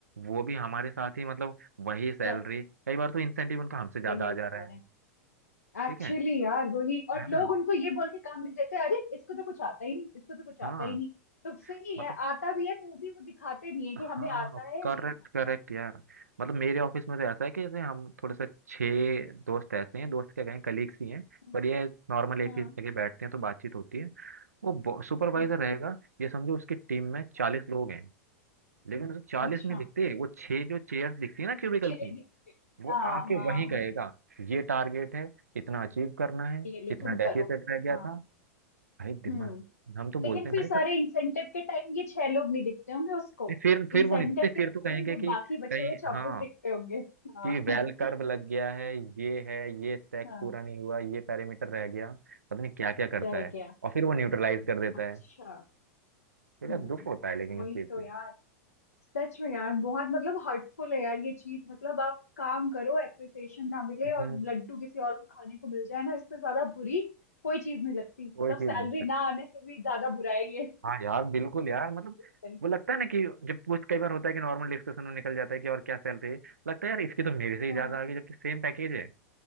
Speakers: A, on the right; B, on the left.
A: वो भी हमारे साथ ही मतलब वही सैलरी
B: चल
A: कई बार तो इंसेंटिव उनका हमसे ज्यादा
B: वही
A: आ
B: उठा
A: जा रहा
B: रहे
A: है
B: हैं
A: ठीक
B: एक्चुअली
A: है
B: यार वही और
A: है
B: लोग
A: ना
B: उनको ये बोल के काम नहीं देते अरे इसको तो कुछ आता ही नहीं इसको तो कुछ
A: हाँ
B: आता ही नहीं तो सही
A: मतलब
B: है आता भी है तो भी वो दिखाते नहीं है कि
A: हाँ
B: हमें आता है या
A: करेक्ट
B: नहीं आता
A: करेक्ट
B: है
A: यार मतलब मेरे ऑफिस में तो ऐसा है कि जैसे हम थोड़े से छह दोस्त ऐसे हैं दोस्त क्या कहें कलीग्स ही हैं
B: हाँ
A: पर ये नॉर्मल एक
B: हाँ,
A: ही जगह बैठते हैं तो बातचीत होती है वो सुपरवाइजर
B: अच्छा
A: रहेगा ये समझो उसकी टीम में चालीस
B: हाँ
A: लोग हैं लेकिन उसे चालीस
B: अच्छा
A: नहीं दिखते वो छह जो चेयर्स दिखती है ना क्यूबिकल
B: छह
A: की
B: डिफरेंट।
A: वो
B: हाँ
A: आके
B: हाँ
A: वहीं कहेगा
B: हाँ
A: ये टारगेट है इतना अचीव करना है
B: ये लो
A: इतना
B: तुम
A: डेफिसिट
B: करो
A: रह गया
B: हाँ
A: था भाई दिमाग
B: हम्म
A: हम तो बोलते
B: लेकिन फिर
A: हैं भाई
B: सारे
A: सर
B: इंसेंटिव के टाइम ये छह लोग नहीं दिखते होंगे उसको
A: नहीं फिर फिर
B: इंसेंटिव
A: वो नहीं दिखते
B: के
A: फिर
B: टाइम
A: तो कहेंगे
B: वो
A: कि
B: बाकी
A: कहीं
B: बचे हुए चौतीस
A: हाँ
B: दिखते होंगे हाँ
A: कि वेल
B: <laughs>
A: कर्व लग गया है ये है ये स्टैक
B: हाँ
A: पूरा नहीं हुआ ये पैरामीटर रह गया पता नहीं क्या क्या करता
B: रह
A: है
B: गया
A: और फिर वो न्यूट्रलाइज कर देता
B: अच्छा
A: है तो
B: हम्म
A: यार दुख होता है लेकिन
B: वही
A: इस चीज
B: तो
A: पे
B: यार सच में यार बहुत मतलब हर्टफुल है यार ये चीज मतलब आप काम करो एप्रिसिएशन ना मिले
A: हम्म,
B: और लड्डू किसी और को खाने को मिल जाए ना इससे ज्यादा बुरी कोई चीज नहीं लगती मतलब
A: कोई चीज
B: सैलरी
A: नहीं
B: ना आने से भी ज्यादा बुरा है ये।
A: हाँ यार बिल्कुल यार मतलब
B: कंफ्यूज
A: वो लगता है ना कि जब कुछ कई बार होता है कि नॉर्मल डिस्कशन में निकल जाता है कि और क्या सैलरी है लगता है यार इसकी तो मेरे से ही
B: हाँ
A: ज्यादा आ गई जबकि सेम पैकेज है